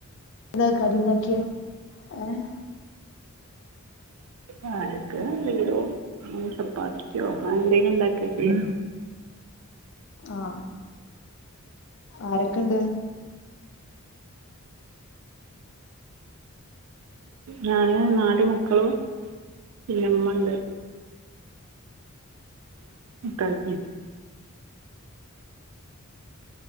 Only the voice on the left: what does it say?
ന്താ കടി ഇണ്ടാക്ക്യേ ഏഹ്
ആ ആരൊക്കെ ഇണ്ട്